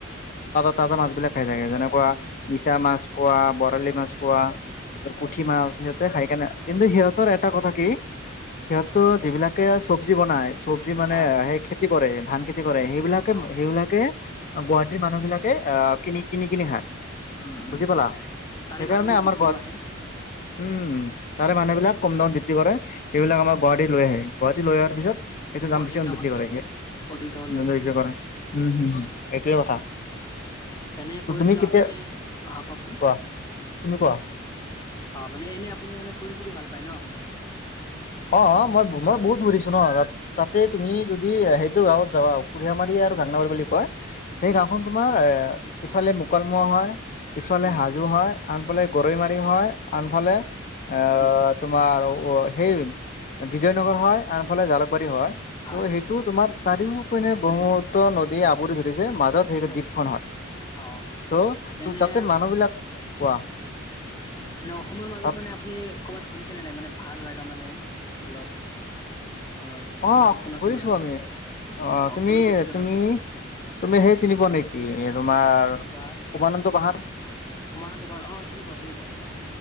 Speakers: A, on the left; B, on the left.
A: ত <unintelligible> তা মাছ বিলাক খাই থাকে যেনেকুৱা
B: উম
A: মিছা মাছ কোৱা বৰালি মাছ কোৱা <unintelligible> পুঠি মাছ সিহঁতে খাই কেনে কিন্তু সিহঁত চবৰে এটা কথা কি সিহঁতো যিবিলাকে চব্জি বনাই চব্জি মানে
B: হা
A: সেই খে খেতি কৰে ধান খেতি কৰে সেইবিলাকে
B: অ
A: সেইবিলাকে গুৱাহাটীৰ মানুহ বিলাক কে অহ কিনি কিনি খায
B: উম
A: বুজি
B: উম
A: পালা
B: তাৰে
A: সেইকাৰণে
B: মানুহবোৰ
A: আমাৰ
B: বিকিব
A: গুৱা
B: আহে
A: উম তাৰে মানুহবিলাক কম দাম বিক্ৰী কৰে সেইবিলাক আমাৰ গুৱাহাটীত লৈ আহে গুৱাহাটী লৈ অহাৰ পিছত এইটো দাম
B: অধিক
A: <unintelligible> পিছে কৰে
B: দামত বিকি অধিক দামত বিক্ৰী কৰে
A: কৰেম হম
B: উম
A: এইটোয়ে কথা
B: এনে কৈ
A: তুমি
B: আছিলো
A: কেতিয়া
B: আপুনি আহ কওঁকচোন
A: কোৱা, তুমি কোৱা
B: অ মানে এনে আপুনি মানে ফুৰি চুৰি ভাল পায় ন
A: অ অ মই মই বহুত ঘূৰিছো ন তাতে তুমি যদি সেইটো গাঁৱত যাওঁ কুঢ়িয় মাৰি আৰু বাংলা বাৰী বুলি কয় সেই
B: উম
A: গাঁওখন তোমাৰ এ ইফালে মুকলমোৱা হয় ইফালে
B: উম
A: হাজো হয় আনফালে গৈৰৈ মাৰি হয় আনফালে আহ
B: উম
A: তোমাৰ সেই বিজয় নগৰ হয়, আনফালে জালুকবাৰী হয়।
B: হয়
A: ত'
B: হয়
A: সেইটো তোমাৰ চাৰিও নে বহুতো নদী আৱৰি ধৰিছে, মাজত সেই
B: উম
A: দ্বীপখন হয়।
B: অ
A: চ', তো
B: এনে
A: তাতে মানুহ বিলাক, কোৱা
B: মানে অসমৰ মাজত
A: তাত
B: মানে আপুনি কৰবাত ঘুৰি নাই মানে ভাল জাগা মানে, অলপ অ
A: অ',
B: নাম শুনা
A: ঘুৰিছো
B: শুনা জাগা
A: আমি। অ', তুমি-তুমি-তুমি
B: কলৈ গৈছিলে বাৰু
A: সেই চিনি পোৱা নেকি? তোমাৰ
B: কিবা
A: উমানন্দ পাহাৰ
B: উমানন্দ পাহাৰ অ চিনি পাওঁ চিনি পাওঁ